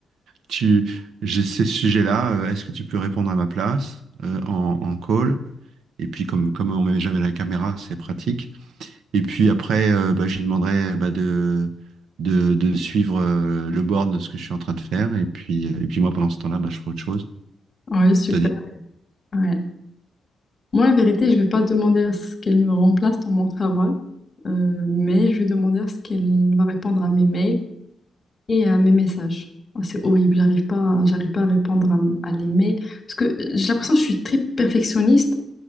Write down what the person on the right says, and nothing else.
tu, j'ai ces sujets-là, euh, est-ce que tu peux répondre à ma place euh, en, en call? Et puis comme, comme on met jamais la caméra, c'est pratique. Et puis après, euh, bah, je lui demanderai bah, de, de, de suivre euh, le board de ce que je suis en train de faire. Et puis, euh, et puis moi, pendant ce temps-là, bah, je ferai autre chose.
C'est-à-dire,